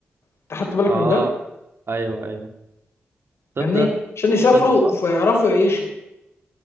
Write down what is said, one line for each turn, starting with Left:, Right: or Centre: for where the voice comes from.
Left: انت خدت بالك
Right: اه
Left: من ده
Right: ايوه ايوه تصدق
Left: يعني عشان يسافروا
Right: تصدق صح
Left: فيعرفوا يعيشوا